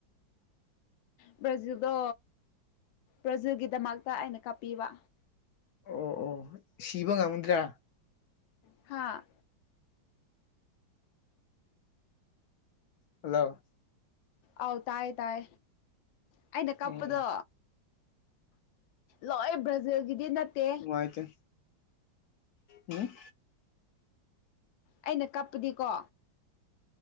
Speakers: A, on the left; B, on the left.
A: ꯕ꯭ꯔꯖꯤꯜꯗꯣ ꯄ꯭ꯔꯖꯤꯜꯒꯤꯗꯃꯛꯇ ꯑꯩꯅ ꯀꯥꯞꯄꯤꯕ
B: ꯑꯣ ꯑꯣ ꯁꯤꯕ ꯉꯝꯗ꯭ꯔꯥ
A: ꯍꯥꯥ
B: ꯍꯜꯂꯣ
A: ꯑꯥꯎ ꯇꯥꯏ ꯇꯥꯏ ꯑꯩꯅ ꯀꯞꯄꯗꯣ
B: ꯑꯣ
A: ꯂꯣꯏ ꯕ꯭ꯔꯥꯖꯤꯜꯒꯤꯗꯤ ꯅꯠꯇꯦ
B: ꯄꯥꯏꯆ ꯎꯝ
A: ꯑꯩꯅ ꯀꯞꯄꯨꯗꯤꯀꯣ